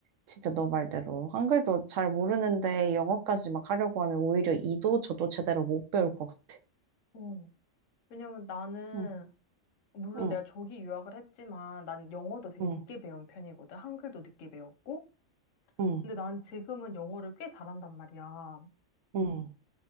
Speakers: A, on the right; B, on the left.
A: 진짜 너 말대로 한글도 잘 모르는데 영어까지 막 하려고 하면 오히려 이도 저도 제대로 못 배울 것 같아.
B: 어. 왜냐면 나는
A: 응,
B: 물론
A: 응,
B: 내가 저기 유학을 했지만 난 영어도 되게
A: 응.
B: 늦게 배운 편이거든. 한글도 늦게 배웠고.
A: 응,
B: 근데 난 지금은 영어를 꽤 잘한단 말이야.
A: 응,